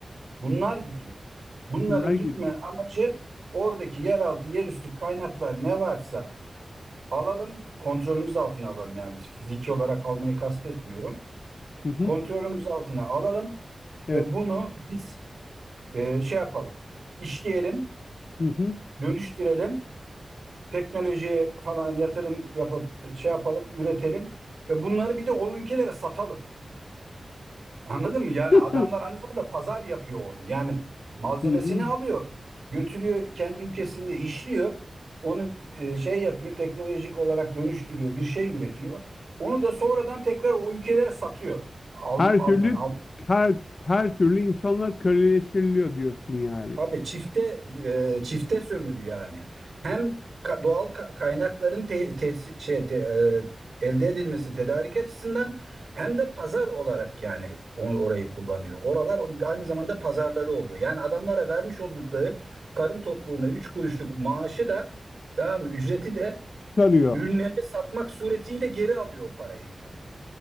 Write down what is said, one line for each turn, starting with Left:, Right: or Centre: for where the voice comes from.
Right: Bunlar gidiyor. Bunların
Left: Bunlar gidiyor.
Right: gitme amacı oradaki yeraltı, yerüstü kaynaklar ne varsa alalım, kontrolümüz altına alalım. Yani biz fiziki olarak almayı kastetmiyorum.
Left: Hı hı.
Right: Kontrolümüz altına alalım
Left: Evet.
Right: ve bunu biz e, şey yapalım, işleyelim,
Left: Hı hı.
Right: dönüştürelim, teknolojiye falan yatırım yapıp e, şey yapalım, üretelim ve bunları bir de o ülkelere satalım. Anladın mı? Yani
Left: <laughs>
Right: adamlar aynı zamanda pazar yapıyor onu. Yani malzemesini
Left: Hı hı.
Right: alıyor, götürüyor kendi ülkesinde işliyor. Onu e, şey yapıyor, teknolojik olarak dönüştürüyor, bir şey üretiyor. Onu da sonradan tekrar o ülkelere satıyor. Al,
Left: Her
Right: al
Left: türlü
Right: yani al.
Left: her her türlü insanlar köleleştiriliyor diyorsun yani.
Right: Abi çifte e, çifte sömürü yani. Hem ka- doğal ka- kaynakların te- tes- şey te- e, elde edilmesi tedarik açısından hem de pazar olarak yani onu orayı kullanıyor. Oralar aynı zamanda pazarları oluyor. Yani adamlara vermiş oldukları karın tokluğuna 3 kuruşluk maaşı da tamam mı, ücreti de
Left: Çıkarıyor.
Right: ürünleri satmak suretiyle geri alıyor o parayı yine.